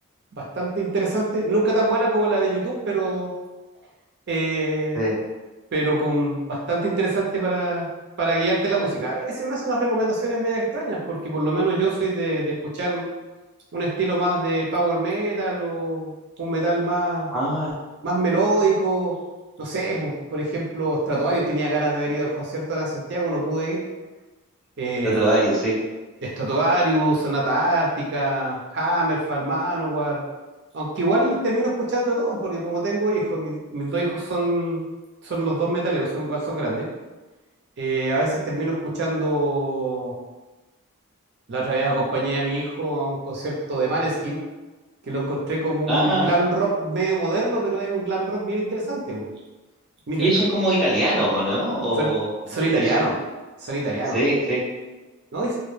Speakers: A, on the right; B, in the centre.
A: bastante interesante, nunca tan buena como la de YouTube, pero eh,
B: Sí.
A: pero con bastante interesante para, para guiarte la música. A veces me hace unas recomendaciones medio extrañas, porque por lo menos yo soy de, de escuchar un estilo más de power metal o un metal más,
B: Ah,
A: más melódico. No sé, pues, por ejemplo, Stratovarius tenía ganas de haber ido al concierto ahora en Santiago, no pude ir. Eh,
B: varios, sí.
A: Stratovarius, Sonata Ártica, Hammerfall, Manowar. Aunque igual termino escuchando de todo, porque como tengo hijos, mis, mis dos hijos son, son los dos metaleros, son, igual son grandes. Eh, a veces termino escuchando, la otra vez acompañé a mi hijo a un concierto de Maneskin, que lo encontré como un
B: Ah,
A: glam rock medio moderno, pero es un glam rock bien interesante. bu. Mi hija,
B: ellos
A: es que
B: son como italianos, ¿o ¿no? ¿O
A: son, son
B: qué
A: italianos,
B: país son?
A: son italianos,
B: Sí, sí.
A: ¿no? Y,